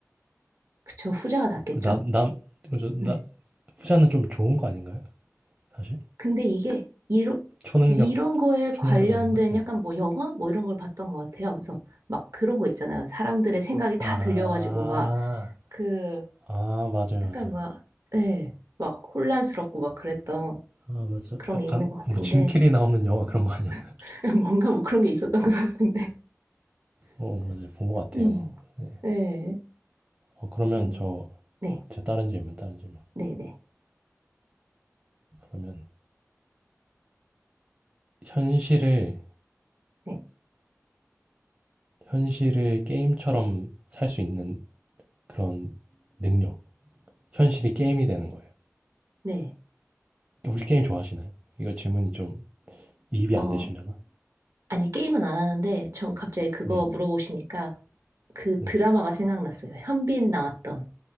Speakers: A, on the right; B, on the right.
A: 그쵸. 후자가 낫겠죠?
B: 남남 그죠? 나
A: 네.
B: 후자는 좀 좋은 거 아닌가요? 사실
A: 근데 이게 이런,
B: 초능력
A: 이런 거에
B: 초능력
A: 관련된
B: 아닌가? 어.
A: 약간 뭐 영화? 뭐 이런 걸 봤던 것 같아요. 그래서 막 그런 거 있잖아요. 사람들의 생각이 다
B: 아,
A: 들려가지고 막그
B: 아 맞아요
A: 약간
B: 맞아요.
A: 막, 예, 막 혼란스럽고 막 그랬던
B: 아 맞아.
A: 그런
B: 약간
A: 게 있는 것 같은데,
B: 뭐 짐캐리 나오는 영화 그런 거 아니었나?
A: <laughs> 뭔가 뭐 그런 게 있었던 것 같은데.
B: 어 맞아요 본 것 같아요.
A: 음.
B: 네.
A: 네.
B: 어, 그러면
A: 음.
B: 저
A: 네,
B: 제 다른 질문 다른 질문.
A: 네, 네,
B: 그러면 현실을
A: 네,
B: 현실을 게임처럼 살 수 있는 그런 능력, 현실이 게임이 되는 거예요.
A: 네.
B: 혹시 게임 좋아하시나요? 이거 질문이 좀 이입이
A: 어,
B: 안 되시려나?
A: 아니, 게임은 안 하는데, 전 갑자기 그거
B: 네,
A: 물어보시니까 그
B: 네.
A: 드라마가 생각났어요. 현빈 나왔던,